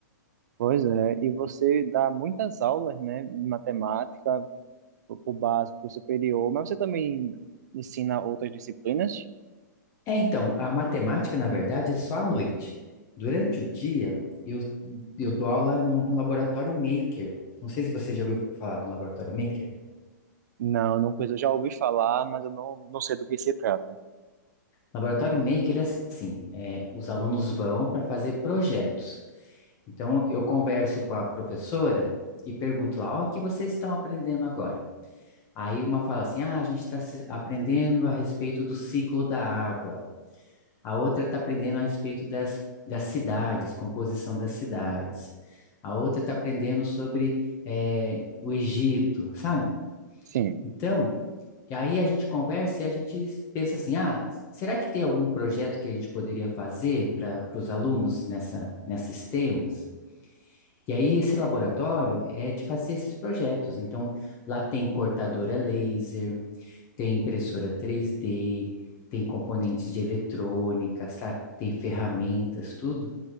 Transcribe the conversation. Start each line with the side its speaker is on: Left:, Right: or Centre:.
Right: Pois é, e você dá muitas aulas, né, de matemática, pro pro básico, pro superior, mas você também ensina outras disciplinas?
Left: É, então, a matemática, na verdade, é só à noite. Durante o dia, eu, eu dou aula num laboratório maker. Não sei se você já ouviu falar do laboratório maker.
Right: Não, não coisa, eu já ouvi falar, mas eu não, não sei do que se trata.
Left: Laboratório maker é assim, é, os alunos vão para fazer projetos. Então, eu converso com a professora e pergunto lá, ó, o que vocês estão aprendendo agora? Aí uma fala assim, ah, a gente está aprendendo a respeito do ciclo da água. A outra está aprendendo a respeito das, das cidades, composição das cidades. A outra está aprendendo sobre eh, o Egito, sabe?
Right: Sim.
Left: Então, e aí a gente conversa e a gente pensa assim: ah, será que tem algum projeto que a gente poderia fazer para os alunos nessa, nesses temas? E aí esse laboratório é de fazer esses projetos. Então, lá tem cortadora laser, tem impressora 3D, tem componentes de eletrônica, sa- tem ferramentas, tudo.